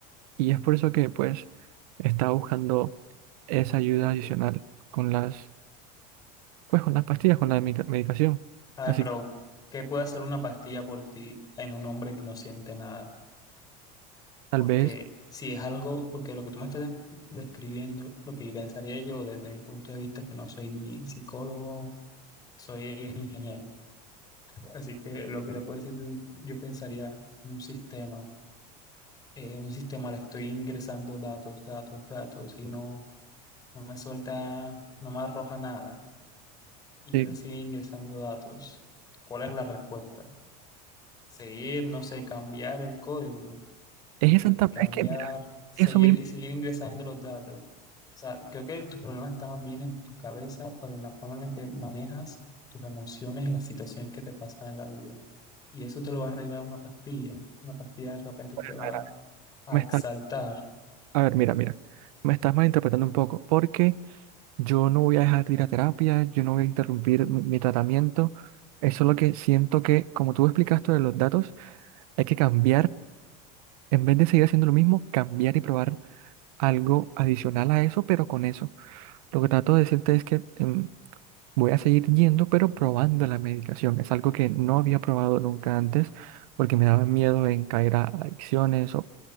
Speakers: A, on the right; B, on the left.
A: Y es por eso que pues estaba buscando esa ayuda adicional con las, pues con las pastillas, con la medica- medicación.
B: A
A: Así
B: ver, pero
A: que
B: ¿qué puede hacer una pastilla por ti en un hombre que no siente nada?
A: tal
B: Porque
A: vez,
B: si es algo, porque lo que tú me estás des- describiendo, lo que pensaría yo desde mi punto de vista, que no soy ni psicólogo, soy ingeniero. Así que lo que le puedo decir, es un- yo pensaría en un sistema. Eh, un sistema le estoy ingresando datos, datos, datos y no, no me suelta, no me arroja nada. Y
A: sí,
B: yo le sigo ingresando datos. ¿Cuál es la respuesta? Seguir, no sé, cambiar el código,
A: es
B: eh,
A: esa, etapa-
B: cambiar,
A: es que mira,
B: seguir,
A: eso mismo,
B: seguir ingresando los datos. O sea, creo que tu problema está más bien en tu cabeza, pero en la forma en la que manejas tus emociones y las situaciones que te pasan en la vida. y eso te lo va a arreglar una pastilla. Una pastilla de repente te va
A: a ver,
B: a
A: me
B: exaltar.
A: está, a ver, mira, mira, me estás malinterpretando un poco, porque... Yo no voy a dejar de ir a terapia, yo no voy a interrumpir mi, mi tratamiento. Eso es lo que siento que, como tú explicaste de los datos, hay que cambiar, en vez de seguir haciendo lo mismo, cambiar y probar algo adicional a eso, pero con eso. Lo que trato de decirte es que em, voy a seguir yendo, pero probando la medicación. Es algo que no había probado nunca antes, porque me daba miedo en caer a adicciones